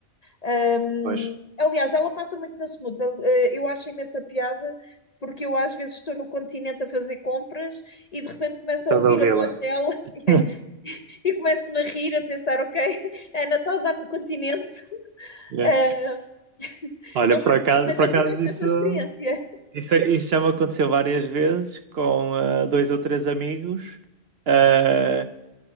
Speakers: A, on the left; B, on the right.
A: hum,
B: pois,
A: aliás, ela passa muito na Smooth. Eu, eh, eu acho imensa piada. Porque eu às vezes estou no continente a fazer compras e de repente começo
B: estás
A: a ouvir
B: a ouvir
A: a voz
B: lá.
A: dela <laughs>
B: <laughs>
A: e começo-me a rir, a pensar, ok, <laughs> a Natal está lá no continente.
B: Yeah.
A: Ah,
B: Olha,
A: não
B: por
A: sei se
B: acaso,
A: tu também já
B: por acaso
A: tiveste
B: isso,
A: essa experiência.
B: Isso, isso já me aconteceu várias vezes com ah, dois ou três amigos. Ah,